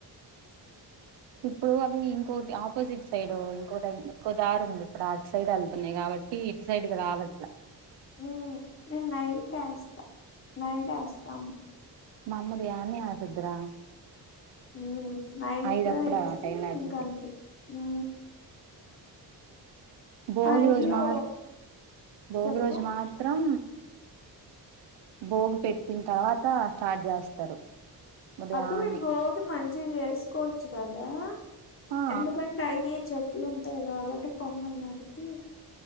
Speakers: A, on the right (about 75°); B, on the left (about 30°).
A: ఇప్పుడు అవి ఇంకోటి ఆపోజిట్ సైడు ఇంకోటుంద్ ఇంకో దారుంది. ఇప్పుడు అటు సైడ్ ఎళ్తున్నా <unintelligible> ఇగ ఇటు సైడుకి రావట్ల
B: ఊ నేన్ నైట్ ఒస్తా నైట్ ఒస్తాను.
A: మమ్మిది ఆన్నే ఆపిద్దిరా
B: ఊ నైటే
A: ఐదప్పుడు
B: ఏసీ
A: ఆ టైం లో ఏసిద్ది
B: ఇంకంతె ఊ
A: భోగి
B: ఇంట్లో
A: రోజు మాత్ భోగి
B: చెప్పు
A: రోజు మాత్రం బోగు పెట్టిన తర్వాతా స్టార్ట్ చేస్తారు. ఉదయాన్నే
B: అక్క మేము భోగి మంచిగ చేసుకోవచ్చు కదా
A: ఆ
B: ఎందుకంటే అవి చెట్ లుంతయి కాబట్టి కొమ్మల్నరికి